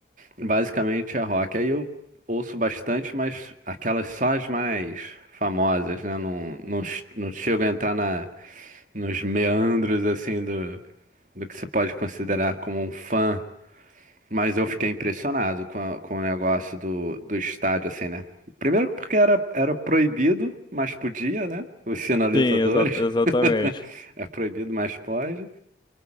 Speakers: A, on the right; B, on the left.
A: basicamente é rock. Aí eu ouço bastante, mas aquelas só as mais famosas, né? Não, não, ch- não chego a entrar na, nos meandros, assim, do, do que você pode considerar como um fã mas eu fiquei impressionado com, a- com o negócio do, do estádio, assim, né? Primeiro porque era, era proibido, mas podia, né? Os sinalizadores.
B: Sim, exa- exatamente.
A: <laughs> É proibido, mas pode.